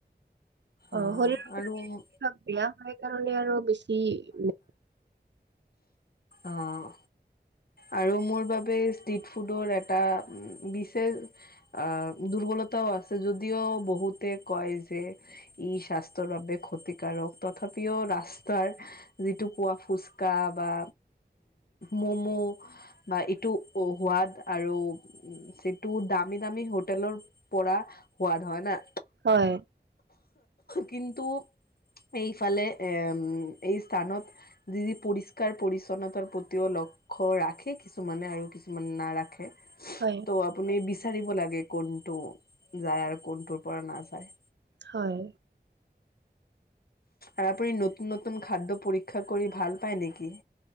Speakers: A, on the right (about 90°); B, on the left (about 60°).
A: অ
B: অঁ
A: শৰীৰৰ
B: আৰু মো
A: বেয়া হয় কাৰণে আৰু বেছি-
B: অঁ। আৰু মোৰ বাবে ষ্ট্ৰিট ফুডৰ এটা বিশেষ- আহ' দুৰ্বলতাও আছে যদিও বহুতে কয় যে- ই স্বাস্থ্যৰ বাবে ক্ষতিকাৰক। তথাপিও ৰাস্তাৰ যিটো পোৱা ফুচ কা বা ম'ম'। বা ইটো সুৱাদ আৰু- যিটো দামী দামী হোটেলৰ পৰা সোৱাদ হয় না।
A: হয়।
B: কিন্তু- এইফালে এ' এই স্থানত যি-যি- পৰিষ্কাৰ পৰি্ছন্নতাৰ প্ৰতিও লক্ষ্য ৰাখে কিছুমানে আৰু নাৰাখে।
A: হয়।
B: ত' আপুনি বিচাৰিব লাগে কোনটো যায় আৰু কোনটোৰ পৰা নাযায়।
A: হয়।
B: আৰু আপুনি নতুন-নতুন খাদ্য পৰীক্ষা কৰি ভাল- পায় নেকি?